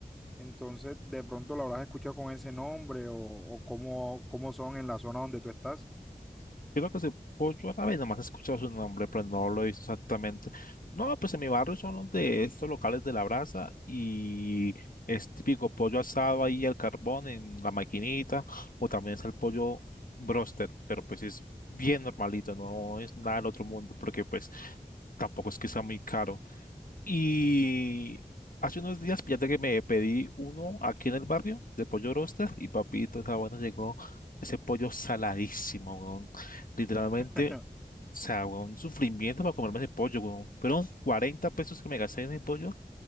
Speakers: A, in the centre; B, on the left (about 65°).
A: Entonces, de pronto lo habrás escuchado con ese nombre o, o cómo, cómo son en la zona donde tú estás.
B: Creo que se pollo árabe, nomás he escuchado su nombre, pero no lo he visto exactamente. No, pues en mi barrio son los de estos locales de la brasa y es típico pollo asado ahí al carbón en la maquinita, o también es el pollo broster, pero pues es bien normalito, no es nada del otro mundo, porque pues tampoco es que sea muy caro. Y hace unos días, fíjate que me pedí uno aquí en el barrio de pollo roster y papito, esa bueno, llegó ese pollo saladísimo, weón. Literalmente,
A: <laughs>
B: o sea, weón, un sufrimiento para comerme ese pollo, weón. Fueron 40 pesos que me gasté en el pollo